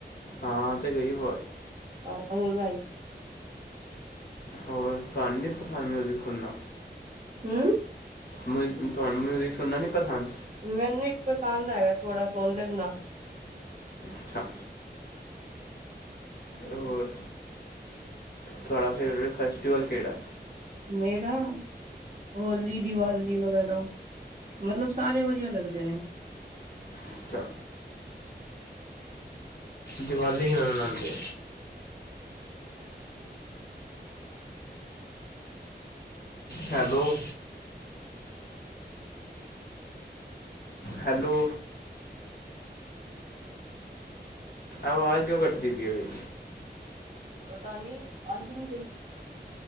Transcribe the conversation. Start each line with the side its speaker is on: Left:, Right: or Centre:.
Left: ਆ ਤੇ ਗਈ ਆਵਾਜ਼।
Right: ਹਾ ਬੋਲ ਭਾਈ।
Left: ਹੋਰ ਤੁਾਨ ਨਹੀ ਪਸੰਦ ਮਿਯੂਜਿਕ ਸੁਣਨਾ।
Right: ਹੂ
Left: ਮ ਤੁਹਾਨੂੰ ਮਿਊਜ਼ਿਕ ਸੁਣਨਾ ਨਹੀ ਪਸੰਦ।
Right: ਮੈਨੂੰ ਹੀ ਪਸੰਦ ਹੈਗਾ ਥੋੜ੍ਹਾ ਸੋਣ ਲੈਂਦਾ।
Left: ਅੱਛਾ ਹੋਰ ਤੁਹਾਡਾ ਫੇਵਰੇਟ ਫੈਸਟਟੀਵਲ ਕਿਹੜਾ?
Right: ਮੇਰਾ ਹੋਲੀ, ਦੀਵਾਲੀ ਵਗੈਰਾ ਮਤਲਬ ਸਾਰੇ ਵਧੀਆ ਲੱਗਦੇ ਨੇ।
Left: ਅੱਛਾ। ਦਿਵਾਲੀ ਕਿਵੇ ਮਨਾਨਉਦੇ? ਹੈਲੋ, ਹੈਲੋ, ਆਵਾਜ਼ ਕਿਉਂ ਕੱਟਦੀ ਪਈ ਹੈੇਰੀ।
Right: ਪਤਾ ਨਹੀ, ਆਂਦੀ ਨਹੀ ਪਈ।